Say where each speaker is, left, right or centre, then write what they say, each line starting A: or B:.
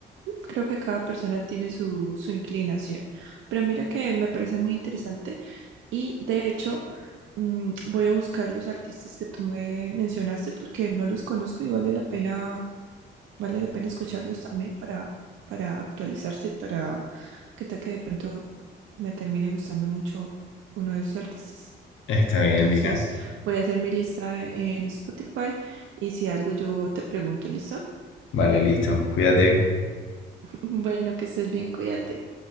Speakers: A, on the right; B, on the left.
A: Creo que cada persona tiene su, su inclinación, pero mira que me parece muy interesante y de hecho mm, voy a buscar los artistas que tú me mencionaste porque no los conozco y vale la pena, vale la pena escucharlos también para, para actualizarse y para que tal que de pronto me termine gustando mucho uno de esos artistas.
B: Está bien,
A: Entonces
B: Lina.
A: voy a hacer mi lista en Spotify y si algo yo te pregunto, ¿listo?
B: Vale, listo. Cuídate.
A: <laughs> Bueno, que estés bien, cuídate.